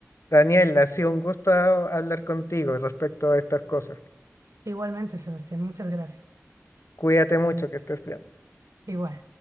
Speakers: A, on the left; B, on the right.
A: Daniel, ha sido un gusto hablar contigo respecto a estas cosas.
B: Igualmente, Sebastián, muchas gracias.
A: Cuídate mucho, que estés bien.
B: Igual.